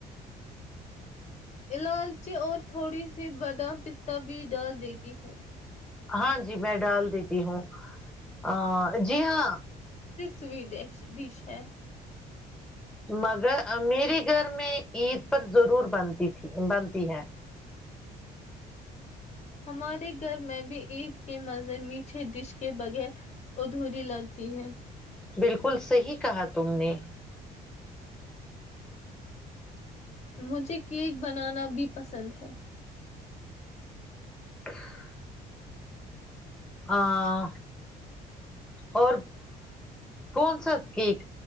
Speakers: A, on the left; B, in the centre.
A: الالچی اور تھوڑی سی بادام پستہ بھی ڈال دیتی ہوں
B: ہاں جی میں ڈال دیتی ہوں آ جی ہاں
A: سویڈش ڈش ہے
B: مگر میرے گھر میں عید پر ضرور بنتی تھی بنتی ہے
A: ہمارے گھر میں بھی عید کے مزے میٹھے ڈش کہ بغیر ادھوری لگتی ہے
B: بالکل صحی کہا تم نے
A: مجھے کیک بنانا بھی پسند ہے
B: <inaudible> ہاں اور کون سا کیک